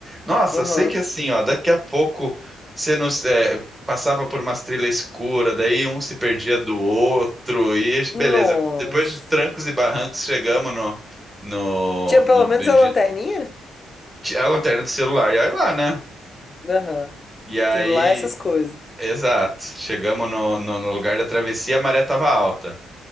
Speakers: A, on the right; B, on the left.
A: Nossa,
B: Aham.
A: eu sei que assim, ó, daqui a pouco você nos, é, passava por umas trilhas escuras, daí um se perdia do outro, e beleza.
B: Nossa.
A: Depois de trancos e barrancos, chegamos no, no,
B: Tinha pelo
A: no bendito-
B: menos a lanterninha?
A: a lanterna do celular, e olha lá, né?
B: Aham.
A: E aí,
B: Que lá é essas coisas.
A: exato, chegamos no, no, no lugar da travessia, a maré tava alta.